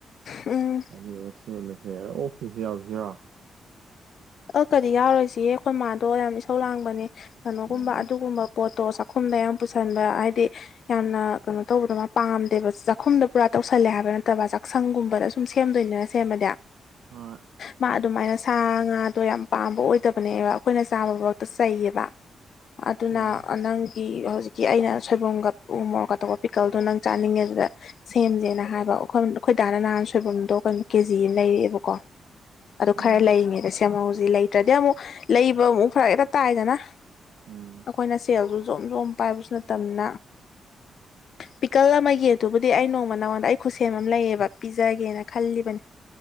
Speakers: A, on the left; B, on the right.
A: ꯎꯝ
B: ꯑꯗꯨ ꯃ ꯁꯦꯝ ꯃꯁꯦ ꯑꯣꯐꯤꯁ ꯌꯥꯎꯁꯤꯔꯣ
A: ꯑ ꯀꯗꯤ ꯌꯥꯎꯔꯣꯏꯁꯤ ꯑꯩꯈꯣꯏ ꯃꯥꯗꯣ ꯌꯥꯝ ꯏꯁꯧ ꯂꯥꯡꯕꯅꯦ ꯀꯩꯅꯣꯒꯨꯝꯕ
B: ꯑꯣ
A: ꯑꯗꯨꯒꯨꯝꯕ ꯄꯣꯠꯇꯣ ꯆꯥꯛꯈꯨꯝꯗ ꯌꯥꯝ ꯄꯨꯁꯤꯟꯕ ꯍꯥꯏꯗꯤ ꯌꯥꯝꯅ ꯀꯩꯅꯣ ꯇꯧꯕꯗꯣ ꯃꯥ ꯄꯥꯝꯗꯦꯕ ꯆꯥꯛꯈꯨꯝꯗꯣ ꯄꯨꯔꯥ ꯇꯧꯁꯜꯂꯦ ꯍꯥꯏꯕ ꯅꯠꯇꯕ ꯆꯥꯛꯁꯪꯒꯨꯝꯕꯗ ꯁꯨꯝ ꯁꯦꯝꯗꯣꯏꯅꯤꯅ ꯁꯦꯝꯃꯗꯤ
B: ꯍꯣꯏ
A: ꯃꯥ ꯑꯗꯨꯃꯥꯏꯅ ꯁꯥ ꯉꯥꯗꯣ ꯌꯥꯝ ꯄꯥꯝꯕ ꯑꯣꯏꯗꯕꯅꯦꯕ ꯑꯩꯈꯣꯏꯅ ꯆꯥꯕ ꯆꯩꯌꯦꯕ ꯑꯗꯨꯅ
B: ꯑꯣ
A: ꯅꯪ ꯍꯧꯖꯤꯛꯀꯤ ꯑꯩꯅ ꯁꯣꯏꯕꯨꯝꯒ ꯎ ꯃꯣꯔꯣꯛꯀꯇꯄ ꯄꯤꯛꯀꯜꯗꯣ ꯅꯪ ꯆꯥꯅꯤꯡꯉꯦ ꯑꯗꯨꯗ ꯁꯦꯝꯁꯦꯅ ꯍꯥꯏꯕ ꯑꯩꯈꯣꯏ ꯑꯩꯈꯣꯏꯗꯥꯅ ꯅꯍꯥꯟ ꯁꯣꯏꯕꯨꯝꯗꯣ ꯀꯩꯅꯣ ꯀꯦꯖꯤ ꯑꯃ ꯂꯩꯔꯛꯑꯦꯕꯀꯣ ꯑꯗꯨ
B: ꯎꯝ
A: ꯈꯔ ꯂꯩꯔꯤꯉꯩꯗ ꯁꯦꯝꯍꯧꯁꯤ ꯂꯩꯇ꯭ꯔꯗꯤ ꯑꯃꯨꯛ ꯂꯩꯕ ꯑꯃꯨꯛ ꯐꯔ ꯍꯦꯛꯇ ꯇꯥꯏꯗꯅ
B: ꯎꯝ
A: ꯑꯩꯈꯣꯏꯅ ꯁꯦꯜꯁꯨ ꯖꯣꯝ ꯖꯣꯝ ꯄꯥꯏꯕꯁꯨ ꯅꯠꯇꯕꯅ ꯄꯤꯀꯜ ꯑꯃꯒꯤ ꯑꯗꯨꯕꯨꯗꯤ ꯑꯩ ꯅꯣꯡꯃ ꯅꯣꯟꯗ ꯑꯩ ꯈꯨꯠꯁꯦꯝ ꯑꯃ ꯂꯩꯌꯦꯕ ꯄꯤꯖꯒꯦꯅ ꯈꯜꯂꯤꯕꯅꯤ